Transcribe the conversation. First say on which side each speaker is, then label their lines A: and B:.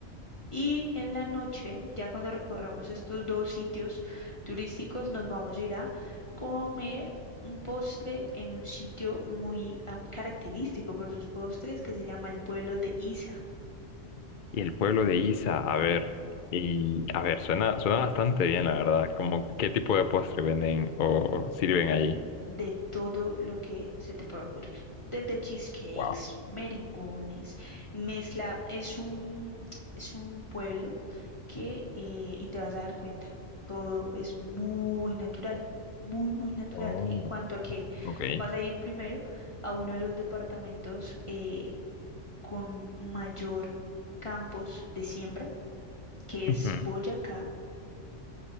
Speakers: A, on the left; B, on the left.
A: y en la noche, ya cuando recorramos estos dos sitios turísticos, nos vamos a ir a comer un postre en un sitio muy am, característico por sus postres que se llama el pueblo de Isa.
B: Y el pueblo de Isa, a ver, y a ver, suena, suena bastante bien, la verdad. Como qué tipo de postre venden o sirven allí,
A: de todo lo que se te pueda ocurrir. Desde cheesecakes,
B: Wow.
A: merengones, mezcla. Es un, es un pueblo que, eh, y te vas a dar cuenta, todo es muy natural, muy, muy natural.
B: Oh,
A: En cuanto a que
B: ok.
A: vas a ir primero a uno de los departamentos eh, con mayor campos de siembra, que es
B: Ujú.
A: Boyacá.